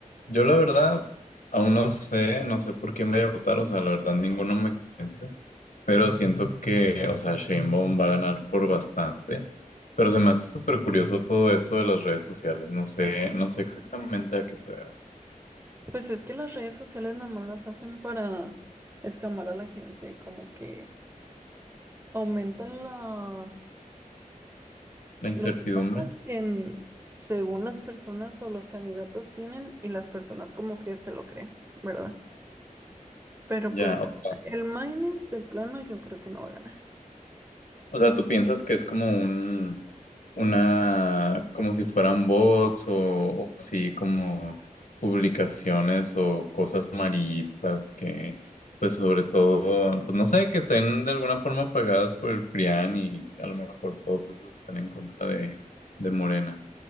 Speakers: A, on the left; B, on the right.
A: yo la verdad aún no sé, no sé por quién voy a votar, o sea, la verdad ninguno me convence, pero siento que, o sea, Sheinbaum va a ganar por bastante. Pero se me hace súper curioso todo eso de las redes sociales, no sé, no sé exactamente a qué se deba.
B: Pues es que las redes sociales nada más las hacen para escamar a la gente, como que aumentan las
A: La incertidumbre,
B: Los votos que en- según las personas o los candidatos tienen y las personas como que se lo creen, ¿verdad? Pero
A: ya,
B: pues
A: o sea,
B: el Maines de plano yo creo que no va a ganar.
A: o sea, tú piensas que es como un una, como si fueran bots o, o así como publicaciones o cosas amarillistas que, pues sobre todo, pues no sé, que estén de alguna forma pagadas por el PRIAN y a lo mejor todos esos están en contra de, de Morena.